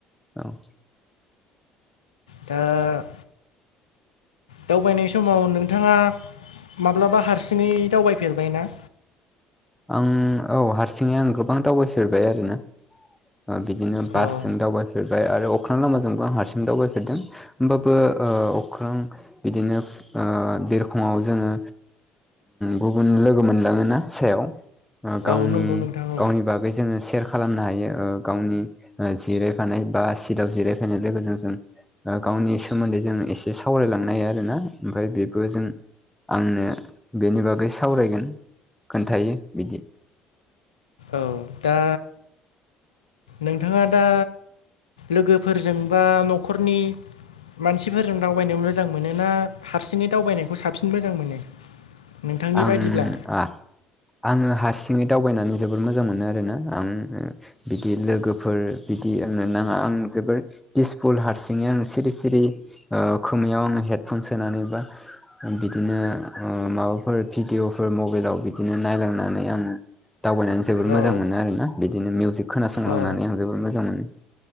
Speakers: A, in the centre; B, on the left.
A: औ
B: दा दावबायनाय समाव नोंथाङा माब्लाबा हारसिङै दावबायफेरबायना
A: आं औ हारसिङै आं गोबां दावबायफेरबाय आरोना बिदिनो बासजों
B: औ
A: दावबायफेरबाय आरो अख्रां लामाजोंबो आं हारसिं दावबायफेरदों होमबाबो अख्रां बिदिनो बिरखङाव जोङो गुबुन लोगो मोनलाङोना सायाव
B: औ
A: गावनि
B: नंगौ नोंथां औ
A: गावनि बागै जोङो सेर खालामनो हायो गावनि जिरायफानाय बा सिटाव जिरायफैनाय लोगोजों जों गावनि सोमोन्दै जों एसे सावरायलांनो हायो आरोना ओमफ्राय बेबो जों आंनो बेनि बागै सावरायगोन खोन्थायो बिदि
B: औ दा नोंथाङा दा लोगोफोरजों बा न'खरनि मानसिफोरजों दावबायनो मोजां मोनो ना हारसिङै दावबायनायखौ साबसिन मोजां मोनो नोंथांनि
A: आं
B: बायदिब्ला
A: आङो हारसिङै दावबायनानै जोबोद मोजां मोनो आरोना आं बिदि लोगोफोर बिदि आंनो नाङा आं जोबोर पिसफुल हारसिङै आङो सिरि सिरि खोमायाव आङो हेडफन सोनानै बा बिदिनो माबाफोर फोर भिदिअफोर मबाइलाव बिदिनो नायलांनानै आङो दावबायनानै जोबोर
B: औ
A: मोजां मोनो आरोना बिदिनो मिउजिक खोनासंलांनानै
B: औ
A: आं जोबोर मोजां मोनो